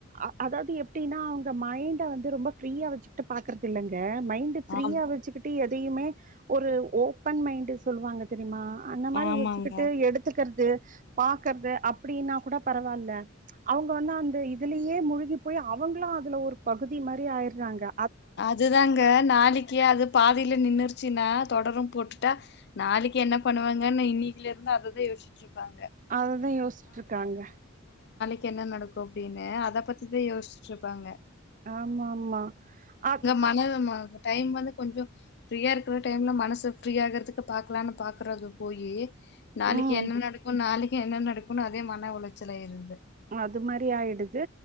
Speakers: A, on the right (about 40°); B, on the left (about 55°).
A: அ அதாவுது எப்டினா அவுங்க மைண்ட்டே வந்து ரொம்ப ஃப்ரீயா வெச்சுக் டு பாக்றதில்லங்கே மைண்ட்டு ஃப்ரீயா
B: ஆம்
A: வெச்சுக்கிட்டு தீமே ஒரு ஓப்பன் மைண்ட்டு சொல்வாங்க தெரிமா அன்ன மாரி
B: ஆமாங்க
A: வெச்சிக்கிட்டு எடுத்துக்கற் து பாக்கற்து அப் ப்பிடினா கூட பரவாலே ச்ச அவுங்க வந்து அந்த இதுலீயே மூழ்கி போயி அவுங்களு அதுல ஒரு பகுதி மாரி ஆயிறாங்கே
B: அதுதாங்கே நாளக்கியே அது பாதிலெ நின்னுர்ச்சினா தொடரும் போட்டுட்டா நாளக்கி என்னா பண்ணுவாங்கன்னு இன்னீலெர்ந்து அததா யோசிச்சிட்டுருப்பாங்கே
A: அததா யோசிட்டுருக்காங்கே
B: கே என்னே நடக்கோ அப்டினு அத பத்தித்தா யோசிச்சிட்டுருப்பாங்கே
A: ஆமா அம்மா அக்
B: மன
A: அ
B: ம டைம் வந்து கொஞ்சோ ஃப்ரீயா இருக்கிற டைல்லே மனசு ஃப்ரீயா ஆகற்துக்கு பாக்லான்னு பாக்கறது போயி நாளக்கி
A: ம்
B: என்னம் நடக்குன் நாளக் என்னே நடக் குனு அதே மன உளச்சலே இருந்து
A: அது மாரி ஆயிடுது